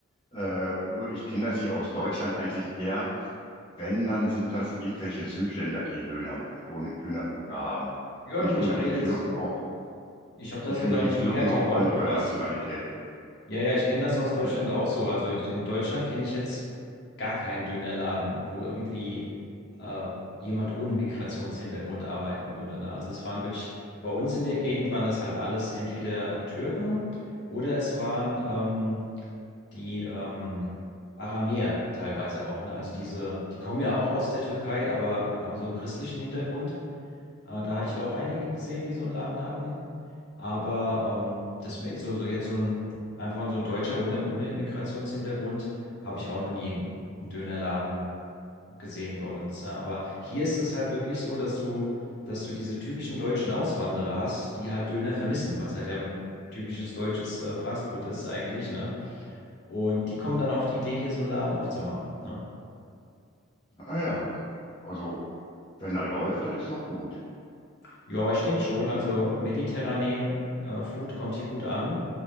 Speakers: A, on the left (about 25°); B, on the left (about 50°).
A: Äh, nur ich kenne das hier aus Deutschland eigentlich eher. Wenn, dann sind das irgendwelche Südländer, die einen Döner, Dön- Dönerbude haben.
B: Ja,
A: Nicht
B: du,
A: unbedingt
B: ich habe das jetzt,
A: Türken, auch
B: ich habe das
A: nicht
B: jetzt
A: unbedingt
B: auch nicht
A: Türken,
B: negativ
A: auch
B: aufgefasst.
A: andere Nationalitäten.
B: Ja, ja, ich kenne das aus Deutschland
A: Bitte?
B: auch so. Also ich- in Deutschland kenne ich jetzt gar keinen Dönerladen, wo irgendwie äh, jemand ohne Migrationshintergrund arbeiten würde. Ne? Also es waren wirklich, bei uns in der Gegend waren das halt alles entweder Türken oder es waren ähm, die ähm, Aramäer teilweise auch. Ne? Also diese, die kommen ja auch aus der Türkei, aber haben so einen christlichen Hintergrund. Äh, da hatte ich auch einige gesehen, die so einen Laden hatten. Aber ähm, dass man so, so jetzt so ein, einfach so ein Deutscher ohne, ohne Migrationshintergrund, habe ich auch noch nie einen, einen Dönerladen gesehen bei uns. Ne? Aber hier ist es halt wirklich so, dass du, dass du diese typischen deutschen Auswanderer hast, die halt Döner vermissen, weil es halt ja ein typisches deutsches äh, Fastfood ist eigentlich, ne? Und die kommen dann auf die Idee, hier so einen Laden aufzumachen, ne?
A: Ah ja. Also, wenn er läuft, dann ist doch gut.
B: Ja, ich denke schon. Also mediterranen äh, Food kommt hier gut an.